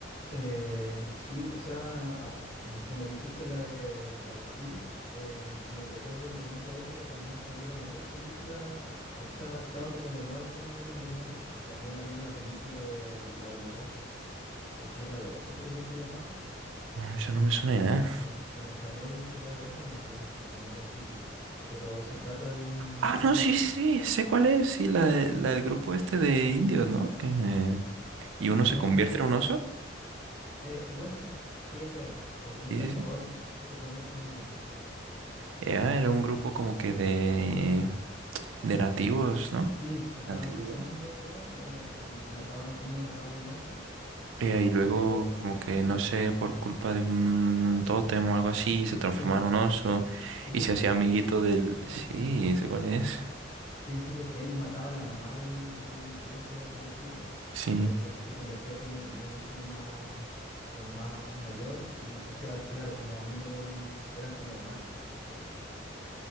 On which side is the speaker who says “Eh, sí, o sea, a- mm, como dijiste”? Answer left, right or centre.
Left